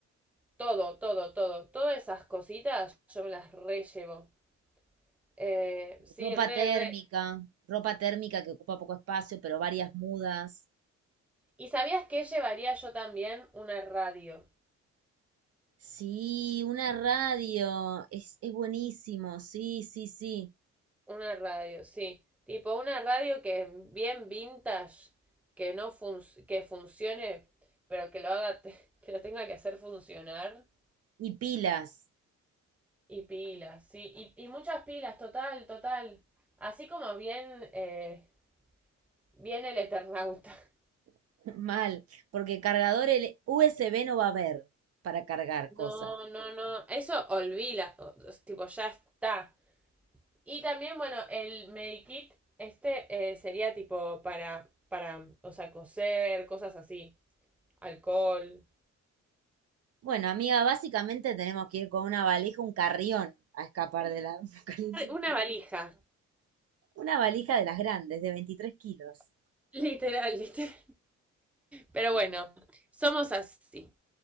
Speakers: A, in the centre; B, on the right.
A: Todo, todo, todo. Todas esas cositas yo me las re llevo. Eh, sí,
B: ropa
A: re,
B: térmica,
A: re.
B: ropa térmica que ocupa poco espacio, pero varias mudas.
A: ¿Y sabías que llevaría yo también una radio?
B: Sí, una radio, es, es buenísimo, sí, sí, sí.
A: Una radio, sí. Tipo una radio que bien vintage, que no func que funcione, pero que lo haga, te- <laughs> que lo tenga que hacer funcionar.
B: Y pilas,
A: Y pilas, sí. Y, y muchas pilas, total, total. Así como bien, eh, bien el Eternauta. <laughs>
B: <laughs> mal, porque cargador el USB no va a haber para cargar
A: No,
B: cosas.
A: no, no. Eso olvida. o- o- Tipo, ya está. Y también, bueno, el Medikit, este eh, sería tipo para, para, o sea, coser, cosas así, alcohol.
B: Bueno, amiga, básicamente tenemos que ir con una valija, un carrión, a escapar del <laughs> apocalipsis.
A: Una valija,
B: Una valija de las grandes, de 23 kilos.
A: <laughs> literal, literal. Pero bueno, somos así.